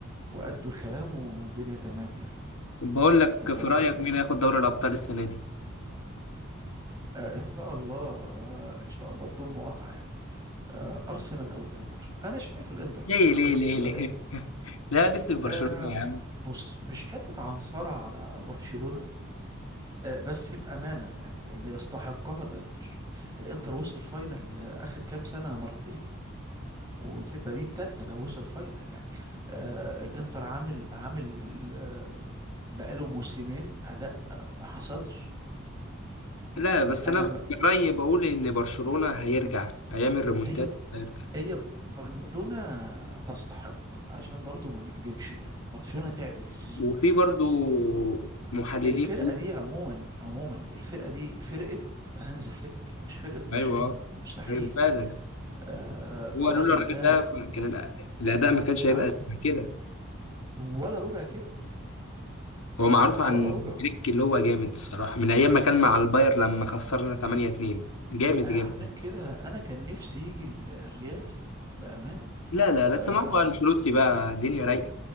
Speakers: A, on the right (about 20°); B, on the left (about 80°).
A: وأدوا الكلام والدنيا تمام يعني
B: بقول لك
A: أنت فاهم
B: في رأيك مين هياخد دوري الأبطال السنة دي
A: آه، ان شاء الله آه، ان شاء الله بدون مقاطعه يعني آه، ارسنال او الانتر انا شايف الانتر
B: ليه
A: بصراحه
B: ليه ليه
A: الانتر
B: ليه
A: يعني،
B: <laughs> لا لسه في برشلونة
A: آه،
B: يا عم
A: بص مش حته عنصرة على برشلونه آه، بس بامانه يعني اللي يستحقها الانتر الانتر وصل فاينل آه، اخر كام سنه مرتين وتبقى دي التالتة لو وصل فاينل يعني آه الانتر عامل عامل آه بقاله موسمين اداء آه، ما حصلش
B: لا بس
A: انا
B: أنا من
A: م...
B: رأيي بقول إن برشلونة هيرجع هيعمل ريمونتاد
A: هي
B: هيرجع
A: هي برشلونة تستحق عشان برضو ما نكدبش يعني برشلونة تعبت السيزون
B: وفي
A: ده
B: برضو محللين
A: والفرقة دي عموما عموما الفرقة دي فرقة هانز فليك مش فرقة برشلونة
B: أيوه
A: مستحيل
B: أيوه فعلا
A: آه
B: هو
A: الراجل
B: لولا الراجل
A: ده
B: ده ما كان الأ- الأداء ما كانش هيبقى
A: اه
B: شبه كده
A: ولا ربع كده
B: هو معروف عن
A: ولا ربعه
B: فليك اللي هو جامد الصراحة من أيام ما كان مع الباير لما خسرنا 8-2 جامد
A: انا
B: جامد
A: عشان كده انا كان نفسي يجي ال- الريال بأمانة
B: لا لا لا
A: آه
B: انت معاك بقى انشيلوتي بقى الدنيا رايقه